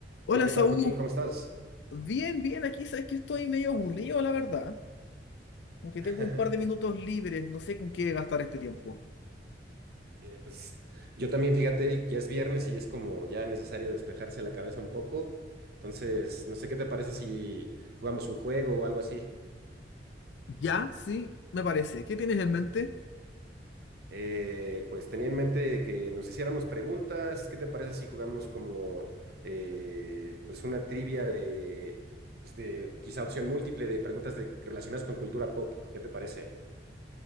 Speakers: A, on the left; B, on the right.
A: Hola,
B: Hola, ¿qué
A: Saúl.
B: tal, Joaquín? ¿Cómo estás?
A: Bien, bien, aquí sabes que estoy medio aburrido, la verdad. Aunque
B: <laughs>
A: tengo un par de minutos libres, no sé con qué gastar este tiempo.
B: Eh, pues yo también, fíjate, ya es viernes y es como ya necesario despejarse la cabeza un poco. Entonces, no sé qué te parece si jugamos un juego o algo así.
A: Ya, sí, me parece. ¿Qué tienes en mente?
B: Eh, pues tenía en mente que nos hiciéramos preguntas. ¿Qué te parece si jugamos como eh, pues una trivia de, pues, de quizá opción múltiple de preguntas de, relacionadas con cultura pop? ¿Qué te parece?